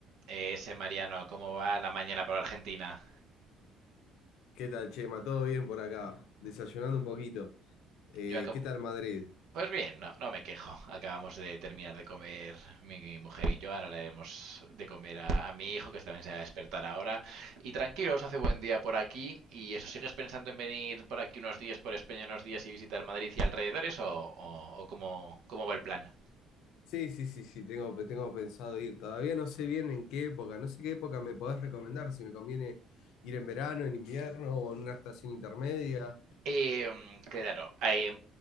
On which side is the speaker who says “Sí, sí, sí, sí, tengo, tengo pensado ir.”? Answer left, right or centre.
Left